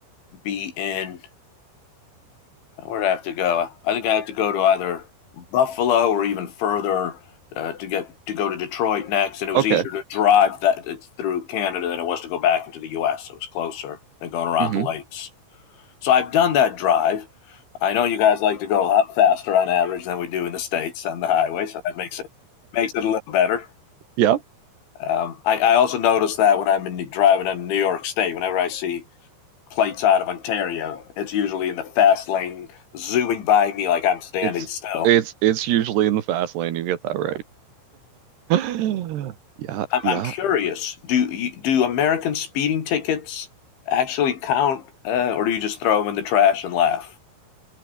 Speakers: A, on the left; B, on the right.
A: be in Where'd I have to go? I think I have to go to either Buffalo or even further uh, to get to go to Detroit next. And it was
B: okay.
A: easier to drive that it's through Canada than it was to go back into the U.S. So it was closer than going around
B: hmm
A: the lakes. So I've done that drive. I know you guys like to go a lot faster on average than we do in the states on the highway, so that makes it makes it a little better.
B: Yeah.
A: Um, I, I also noticed that when I'm in, driving in New York State, whenever I see plates out of Ontario. It's usually in the fast lane, zooming by me like I'm standing
B: It's,
A: still.
B: it's, it's usually in the fast lane. You get that right. <gasps> <sighs> Yeah.
A: I'm,
B: Yeah.
A: I'm curious. Do do American speeding tickets actually count, uh, or do you just throw them in the trash and laugh?